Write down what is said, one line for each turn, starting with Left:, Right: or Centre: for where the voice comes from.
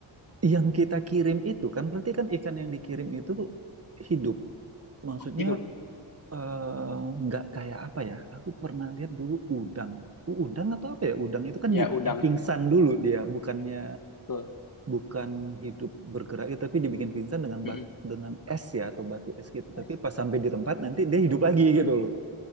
Right: Yang kita kirim itu kan berarti kan ikan yang dikirim itu hidup. Maksudnya
Left: Hidup.
Right: eh, nggak kayak apa ya? Aku pernah lihat dulu udang. U- Udang atau apa ya? Udang itu kan
Left: Ya,
Right: dibikin
Left: udang.
Right: pingsan dulu dia, bukannya
Left: Betul.
Right: bukan hidup bergerak itu, tapi dibikin pingsan dengan
Left: Mm-mm.
Right: bat- dengan es ya atau batu es gitu. Tapi
Left: Es.
Right: pas sampai di tempat nanti dia hidup lagi gitu loh.